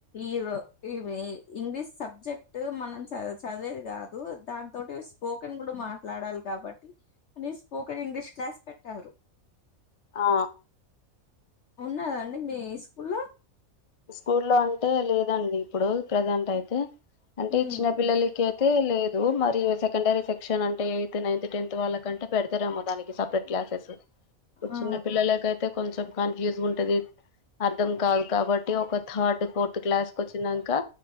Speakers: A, on the left; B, on the left.
A: ఈరో ఇవి ఇంగ్లీష్ సబ్జెక్ట్ మనం చ చదివేది కాదు దాని తోటి స్పోకెన్ కూడా మాట్లాడాలి కాబట్టి అని స్పోకన్ ఇంగ్లీష్ క్లాస్ పెట్టారు.
B: ఆ.
A: ఉన్నాదండి మీ స్కూల్లో?
B: స్కూల్లో అంటే లేదండి ఇప్పుడు ప్రజెంట్ అయితే అంటే
A: ఉమ్
B: చిన్న పిల్లలకి అ యితే లేదు మరి సెకండరీ సెక్షన్ అంటే ఎయిత్, నైన్త్, టెన్త్ వాళ్ళకంటే పెడతరేమో దానికి స పరేట్ క్లాసెస్. ఇప్పుడు
A: ఆ
B: చిన్న పిల్లలకైతే కొంచెం కన్ఫ్యూజ్ ఉంటది, అర్థం కాదు కాబ అంటే ఒక థర్డ్, ఫోర్త్ క్లాస్ కు వచ్చినంకా